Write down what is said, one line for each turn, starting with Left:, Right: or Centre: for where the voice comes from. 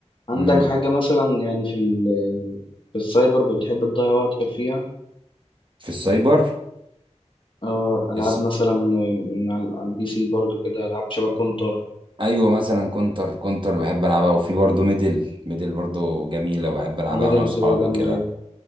Left: عندك
Right: مم،
Left: حاجه مثلا يعني في ال... في السايبر بتحب تضيع وقتك فيها
Right: في السايبر
Left: اه العاب
Right: الس...
Left: مثلا من على على البي سي برضو كده العاب شبه كونتر
Right: ايوه مثلا كونتر كونتر بحب العبها وفي برضه ميدل ميدل برضه جميله بحب العبها
Left: الميدل
Right: انا واصحابي
Left: بتبقى جامده
Right: وكده
Left: أوي.